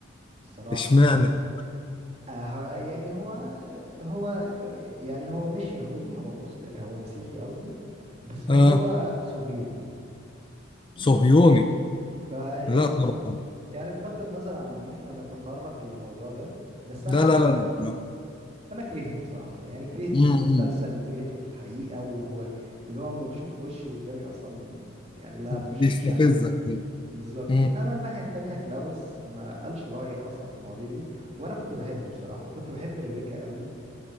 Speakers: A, on the right; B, on the left.
A: الصراحة
B: اشمعنى
A: يعني آه، هو- يعني هو هو يعني هو مش يهودي هو مسلم هو مسيحي قصدي بس
B: اه
A: هو صهيوني مم.
B: صهيوني
A: فيعني
B: لا طبعا
A: يعني بغض النظر عن ان احنا نتطرق للموضوع ده بس
B: لا
A: انا
B: لا
A: يعني
B: لا لا.
A: فانا كرهته بصراحة يعني كرهته
B: امم
A: في المسلسل وكرهته في الحقيقة واللي هو لما بشوف وشه قدامي اصلا يعني لا انا مش
B: بيستفزك
A: مش عايز بالظبط
B: امم
A: انما الناحيه التانية كلاوس ما قالش رايه اصلا في المواضيع دي وانا كنت بحبه بصراحه وكنت بحب ريبيكا قوي